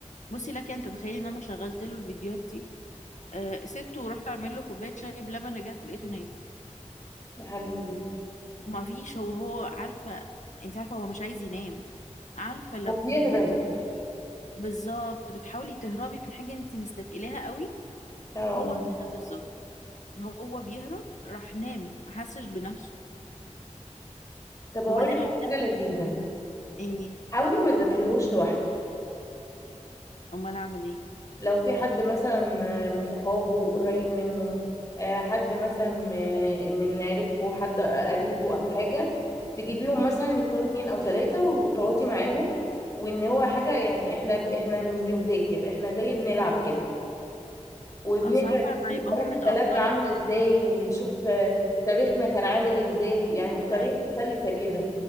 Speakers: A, on the left; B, on the left.
A: بصي لك انت تخيلي ان انا شغلت له الفيديوهات دي آه سبته ورحت اعمل له كوبايه شاي بلبن رجعت لقيته نايم
B: يا حبيبي
A: ما فيش هو هو عارفه انت عارفه هو مش عايز ينام عارفه لما
B: هو بيهرب
A: تبقي بالظبط بتحاولي تهربي من حاجه انت مستثقلاها قوي
B: اه
A: هو كده بالظبط هو بيهرب راح نام ما حسش بنفسه
B: طب هقول
A: وبعدين
B: لك
A: ه-
B: على حاجة لذيذة
A: ايه
B: حاولي ما تذاكرلهوش لوحدك
A: امال اعمل ايه
B: لو في حد مثلا آه، من صحابه قريب منه آه، حد مثلا م- من عيلتكوا حد قريبه او حاجه تجيبيهم مثلا يكونوا اتنين او تلاته وتقعدي معاهم وان هو حاجه يعني احنا احنا مش بنذاكر احنا زي بنلعب كده وبنقرا
A: اصل عارفه لما
B: بنشوف
A: يبقى
B: خريطة
A: هو متاخر
B: بلدنا عاملة ازاي وبنشوف آه، تاريخنا كان عامل ازاي يعني الطريقة
A: ايوه
B: سلسة كده